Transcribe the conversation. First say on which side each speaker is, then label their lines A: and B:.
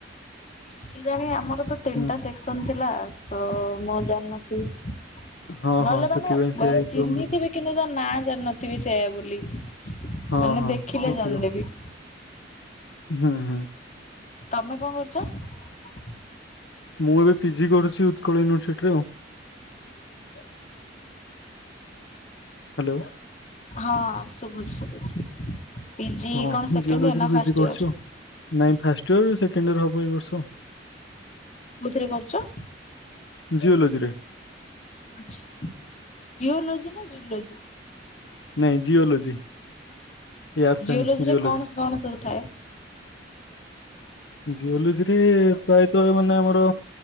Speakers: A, on the left; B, on the left.
A: କିଜାଣ ଆମର ତ ତିନିଟା
B: ହଁ
A: ସେକ୍ସନ ଥିଲା ତ ମୁଁ ଜାଣିନଥିବି। ନହେଲେ
B: ହଁ ହଁ ସେଥିପାଇଁ
A: ମାନେ
B: ସେୟା
A: ବ
B: ହେଇଥିବ
A: ଚିହ୍ନିଥିବି
B: ମେ ବି
A: କିନ୍ତୁ ତା ନାଁ ଜାଣି ନଥିବି ସେୟ ବୋଲି।
B: ହଁ
A: ମାନେ
B: ହଁ
A: ଦେଖିଲେ
B: ହେଇଥିବ
A: ଜାଣି ଦେବି।
B: ହୁଁ ହୁଁ।
A: ତମେ କଣ କରୁଛ?
B: ମୁଁ ଏବେ ପି ଜି କରୁଛି ଉତ୍କଳ ୟୁନିଭରସିଟିରେ ଆଉ। ହ୍ୟାଲୋ
A: ହଁ ଶୁଭୁଛି ଶୁବୁଛି। ପି ଜି
B: ହଁ
A: କଣ ସେକେଣ୍ଡ
B: ଜିଓଲୋଜିରେ
A: ଇୟର୍ ନା
B: ପିଜି
A: ଫାଷ୍ଟ
B: କରୁଛି
A: ଇୟର୍?
B: ଆଉ। ନାଇଁ ଫାଷ୍ଟ ଇୟର ସେକେଣ୍ଡ ଇୟର ହବ ଏଇ ବର୍ଷ।
A: କୋଉଥିରେ କରୁଛ?
B: ଜିଓଲଜିରେ।
A: ଆଚ୍ଛା ଜିଓଲୋଜି ନା ଜୁଲୋ।
B: ନାଇଁ ଜିଓଲଜି। ଏୟାର
A: ଜିଓଲୋଜିରେ
B: ସାଇନ୍ସ ଜିଓଲଜି।
A: କଣ କଣ ସବୁ ଥାଏ?
B: ଜିଓଲୋଜିରେ ପ୍ରାୟତ ମାନେ ଆମର